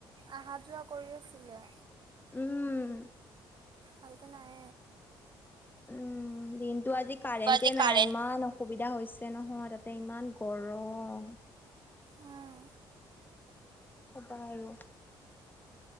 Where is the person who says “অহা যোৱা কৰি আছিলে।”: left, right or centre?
Right